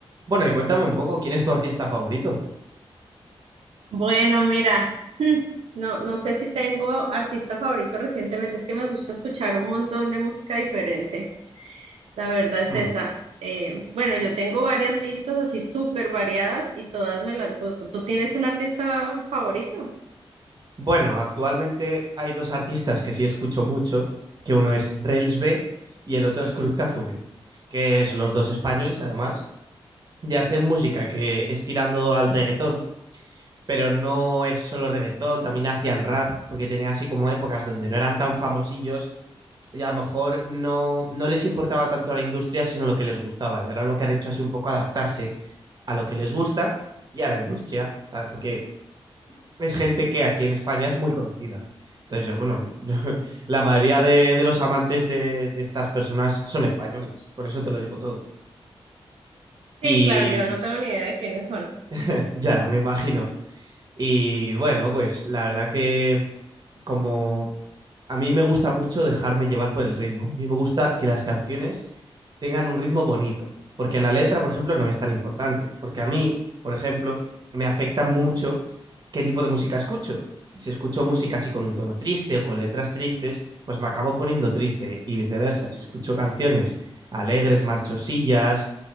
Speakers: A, on the right (about 45°); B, on the right (about 85°).
A: Bueno, y cuéntame un poco, ¿quién es tu artista favorito?
B: Bueno, mira, <laughs> hmm, no, no sé si tengo artista favorito recientemente, es que me gusta escuchar un montón de música diferente, la verdad es
A: Hmm.
B: esa. Eh, bueno, yo tengo varias listas así súper variadas y todas me las gozo. ¿Tú tienes un artista favorito?
A: Bueno, actualmente hay dos artistas que sí escucho mucho, que uno es Rels B y el otro es Cruz Cafune, que es los dos españoles además, y hacen música que es tirando al reggaetón, pero no es solo reggaetón, también hacían rap, porque tenían así como épocas donde no eran tan famosillos y a lo mejor no, no les importaba tanto la industria, sino lo que les gustaba. Y ahora lo que han hecho es un poco adaptarse a lo que les gusta y a la industria, ¿sabes? Porque es gente que aquí en España es muy conocida. Entonces, yo, bueno, <laughs> la mayoría de, de los amantes de, de, estas personas son españoles, por eso te lo digo todo. Y
B: Sí, claro, yo no tengo ni idea de quiénes son.
A: <laughs> ya, me imagino. Y bueno, pues la verdad que como a mí me gusta mucho dejarme llevar por el ritmo. A mí me gusta que las canciones tengan un ritmo bonito, porque la letra, por ejemplo, no me es tan importante, porque a mí, por ejemplo, me afecta mucho qué tipo de música escucho. Si escucho música así con un tono triste o con letras tristes, pues me acabo poniendo triste y viceversa. Si escucho canciones alegres, marchosillas,